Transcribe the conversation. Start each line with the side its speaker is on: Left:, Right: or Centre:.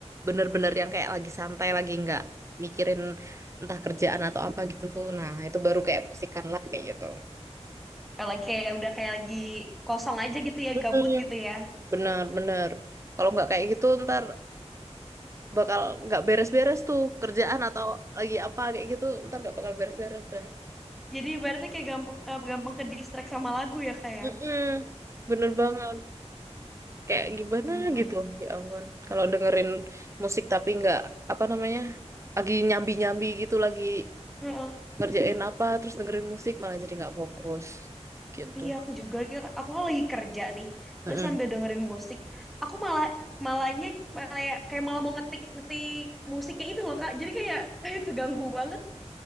Right: bener-bener yang kayak lagi santai lagi nggak mikirin entah kerjaan atau apa gitu tuh nah itu baru kayak musikan lah kayak gitu
Centre: Kalau lagi kayak udah kayak lagi kosong aja gitu ya,
Right: Mm-mm.
Centre: gabut gitu ya.
Right: bener bener kalau nggak kayak gitu ntar bakal nggak beres-beres tuh kerjaan atau lagi apa kayak gitu ntar nggak bakal beres-beres dah
Centre: Jadi berarti kayak gampang ke- gampang ke distract sama lagu ya kayak.
Right: Mm-mm. bener banget kayak gimana
Centre: Sama banget.
Right: gitu ya ampun kalau dengerin musik tapi nggak apa namanya lagi nyambi-nyambi gitu lagi
Centre: Heeh.
Right: ngerjain apa terus dengerin musik malah jadi nggak fokus gitu
Centre: Iya, aku juga lagi aku kan lagi kerja nih. Terus
Right: Mm-mm.
Centre: sambil dengerin musik, aku malah malahnya malah ya, kayak malah mau ngetik ngetik musiknya itu loh, Kak. Jadi kayak <laughs> kayak keganggu banget.